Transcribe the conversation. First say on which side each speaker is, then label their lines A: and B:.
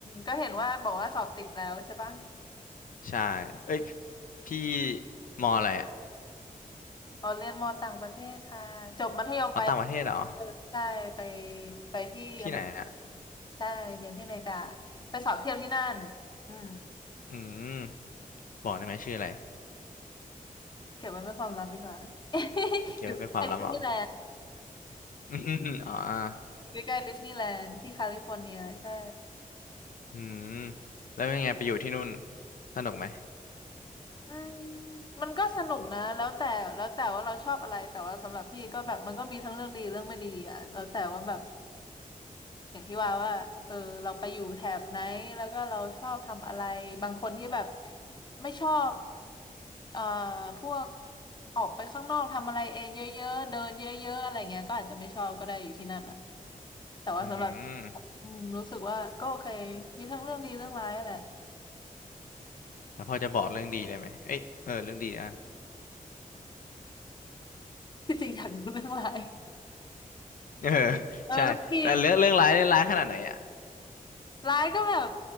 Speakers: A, on the left (about 30°); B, on the left (about 70°).
A: ก็เห็นว่าบอกว่าสอบติดแล้วใช่ปะ
B: ใช่เอ้ยพี่มออะไรอะ
A: อ๋อเรียนมอต่างประเทศค่ะจบมัธยมไป
B: มอต่างประเทศเหรอ
A: เออใช่ไปไปที่อเมริกา
B: ที่ไหนอะ
A: ใช่เรียนที่อเมริกาไปสอบเทียบที่นั่นอืม
B: อืมบอกได้ไหมชื่ออะไร
A: เก็บไว้เป็นความลับดีกว่า <laughs>
B: โอเคไม่เป็นความลับเหรอ
A: อยู่ใกล้ดิสนีย์แลนด์
B: อืมอม <laughs> อ๋ออ่า
A: <laughs> อยู่ใกล้ๆดิสนีย์แลนด์ที่แคลิฟอร์เนียใช่
B: อืมแล้วเป็นไงไปอยู่ที่นู่นสนุกไหม
A: อืมมันก็สนุกนะแล้วแต่แล้วแต่ว่าเราชอบอะไรแต่ว่าสำหรับพี่ก็แบบมันก็มีทั้งเรื่องดีเรื่องไม่ดีอ่ะแล้วแต่ว่าแบบ อย่างที่ว่าว่า เออเราไปอยู่แถบไหนแล้วก็เราชอบทำอะไรบางคนที่แบบไม่ชอบเอ่อพวกออกไปข้างนอกทำอะไรเองเยอะๆเดินเยอะๆอะไรเงี้ยก็อาจจะไม่ชอบก็ได้อยู่ที่นั่นอ่ะแต่ว่าสำอหรับ
B: อืม
A: อืมรู้สึกว่าก็โอเค <laughs> มีทั้งเรื่องดีเรื่องร้ายอะแหละ
B: แล้วพอจะบอกเรื่องดีได้ไหมเอ้ยเออเรื่องดีได้
A: <laughs> ที่จริงอยากรู้เรื่องร้าย
B: เออ <laughs>
A: เออเรื่องดี
B: ใช่แต่เรื่องเรื่องร้ายร้ายขนาดไหนอ่ะ
A: ร้ายก็แบบ